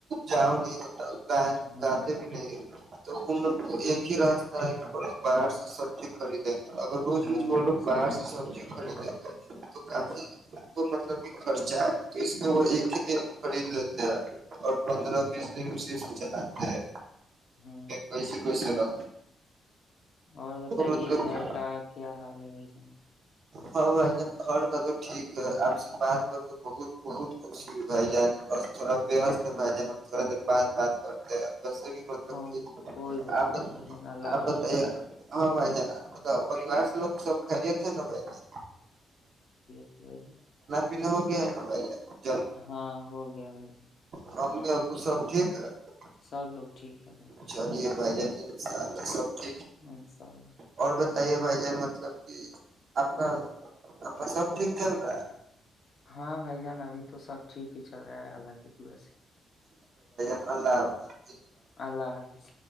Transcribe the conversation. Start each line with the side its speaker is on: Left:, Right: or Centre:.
Right: جاؤ نہیں بتاؤ ب
Left: ہاں
Right: بتے بھی نہیں تو ہم لوگ کو ایک ہی راستہ ہے کہ وہ لوگ باہر سے سبزی خرید اگر روز
Left: ہاں
Right: روز وہ
Left: بس
Right: لگ باہر
Left: ایک ہی
Right: سے
Left: راستہ۔
Right: سبزی خریدیں <inaudible> کافی ان کو مطلب کہ خرچہ ہے تو اس میں وہ ایک ہی دن خرید لیتے ہیں اور پندرہ
Left: ہاں
Right: بیس دن چلتا ہے
Left: ہاں
Right: پسے پیسے لا
Left: اور بتائیے
Right: مطلب
Left: گھر
Right: کہ
Left: کا کیا حال ہے بھائی جانب
Right: ہاں بائی ج گ ا تو ٹھیک ہے آپ سے بات کر کے بہت بہت خوشی ہو بائی جان اور تھوڑا وست ہے بھائی جان اب تھوڑا دیر بات بات کرتے ہیں بس بھی متب
Left: ہ
Right: کی
Left: کوئی بات
Right: آ
Left: نہیں بھائی جان اللہ
Right: آ
Left: حافظ
Right: بت ہاں بائی جانا پریوار لوگ سب خاے تھا نا بائی جانا
Left: بی
Right: پنا ہو گیا ہے نا
Left: ہاں ہو گیا بس
Right: ہم اب سب ٹھ ہ <inaudible>
Left: سب لوگ ٹھیک ہے بھائی
Right: چلیے بھ سال سب د
Left: ان شاء اللہ
Right: اور بتا تے بھائی جان مطلب کہ آپ کا آپ کا سب ٹھیک چل رہا ہے
Left: ہاں بھائی جان ابھی تو سب ٹھیک ہی چل رہا ہے اللہ کے دورا سے
Right: الدا <unintelligible> <inaudible>
Left: اللہ حافظ